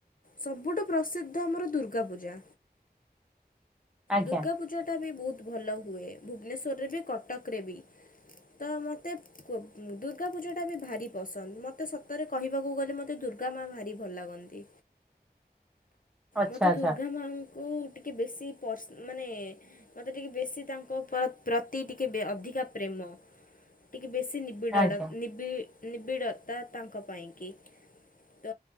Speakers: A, on the left; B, in the centre.
A: ସବୁଠୁ ପ୍ରସିଦ୍ଧ ଆମର ଦୁର୍ଗାପୂଜା।
B: ଆଜ୍ଞା
A: ଦୁର୍ଗାପୂଜା ଟା ବି ବହୁତ ଭଲ ହୁଏ ଭୁବନେଶ୍ଵରରେ ବି କଟକରେ ବି। ତ ମତେ ଦୁର୍ଗାପୂଜା ଟା ବି ଭାରି ପସନ୍ଦ ମତେ ସତରେ କହିବାକୁ ଗଲେ ମତେ ଦୁର୍ଗାମା ଭାରି ଭଲ ଲାଗନ୍ତି
B: ଆଚ୍ଛା
A: ମତେ
B: ଆଚ୍ଛା
A: ଦୁର୍ଗାମା ମୁଁ ଟିକିେ ବେଶୀ ପର୍ସ ମାନେ ମୋତେ ଟିକେ ବେଶୀ ତାଙ୍କ ପ୍ରତି ଟିକେ ଅଧିକା ପ୍ରେମ ଟିକେ ବେଶୀ ନିବିଡ଼
B: ଆଜ୍ଞା
A: ନିବି ନିବିଡ଼ତା ତାଙ୍କ ପାଇଁ କି। ତ